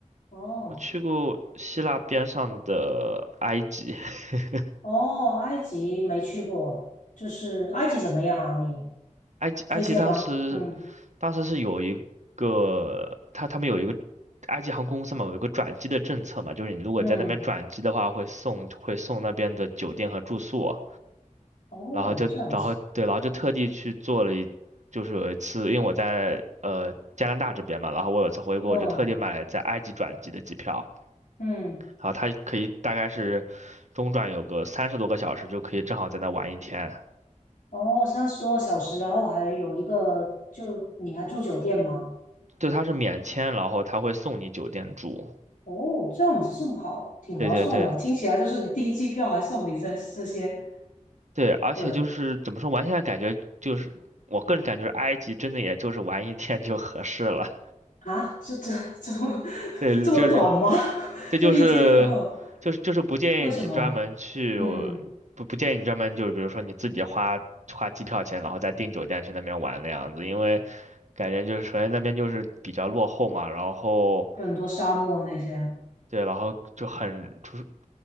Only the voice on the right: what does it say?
我去过希腊边上的埃及。<laughs>
埃及埃及当时
当时是有一个他他们有一个埃及航空公司嘛，有一个转机的政策嘛，就是你如果在那边转机的话，
会送会送那边的酒店和住宿，
然后就然后对，
然后就特地去做了一，就是有一次，因为我在呃加拿大这边嘛，然后我有一次回国，
我就特地买了在埃及转机的机票，
然后它可以大概是中转有个三十多个小时，就可以正好在那玩一天。
对，它是免签，然后他会送你酒店住。
对对对，
对，而且就是怎么说，
玩现在感觉就是我个人感觉，埃及真的也就是玩一天就合适了。
<laughs>
对，
就是
这就是就是就是不建议你专门去，
不不建议你专门就是比如说你自己花花机票钱，然后再订酒店去那边玩那样子，因为感觉就是首先那边就是比较落后嘛，然后
对，然后就很就是